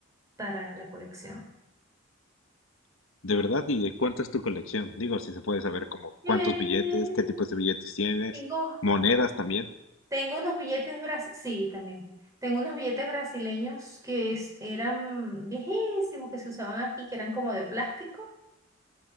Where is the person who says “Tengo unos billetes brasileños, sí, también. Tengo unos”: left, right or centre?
Right